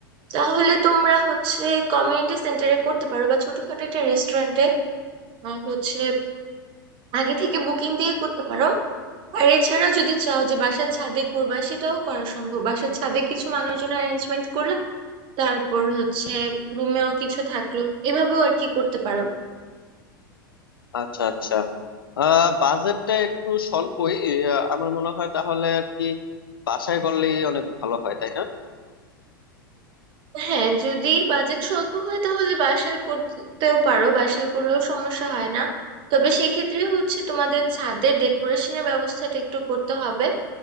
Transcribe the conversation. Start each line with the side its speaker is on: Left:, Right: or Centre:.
Right: তাহলে তোমরা হচ্ছে কমিউনিটি সেন্টারে করতে পারো বা ছোটখাটো একটা রেস্টুরেন্টে হচ্ছে আগে থেকে বুকিং দিয়ে করতে পারো আর এছাড়া যদি চাও যে বাসার ছাদে করবা সেটাও করা সম্ভব বাসার ছাদে কিছু মানুষজন অ্যারেঞ্জমেন্ট করলা তারপর হচ্ছে রুমেও কিছু থাকলো এভাবেও আর কি করতে পারো
Left: আচ্ছা আচ্ছা আহ বাজেটটা একটু স্বল্পই আহ, আমার মনে হয় তাহলে আর কি বাসায় করলেই অনেক ভালো হয় তাই না
Right: হ্যাঁ যদি বাজেট স্বল্প হয় তাহলে বাসায় করতেও পারো বাসায় করলেও সমস্যা হয় না তবে সেক্ষেত্রে হচ্ছে তোমাদের ছাদের ডেকোরেশনের ব্যবস্থাটা একটু করতে হবে